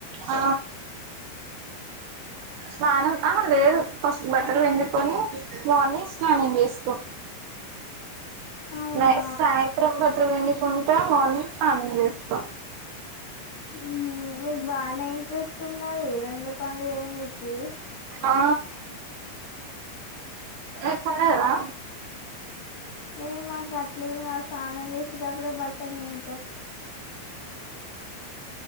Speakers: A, on the right (about 75°); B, on the left (about 50°).
A: ఆ స్నానం ఆహ లేదు ఫస్ట్ బట్టలు పిండుకొని మార్నింగ్ స్నానం చేసుకు
B: అవునా
A: నైట్ సాయంత్రం బట్టలు పిండుకుంట. మార్నింగ్ స్నానం చేస్తా.
B: ఉహు మీకు బానే ఇంట్రెస్ట్ ఉన్నది రెండు పనులు చేయనికి
A: ఆ నీకున్నదా
B: ఏ మాకు అట్లేమి కాదు. సానం చేసేటప్పుడే బట్టలు పిండుతం.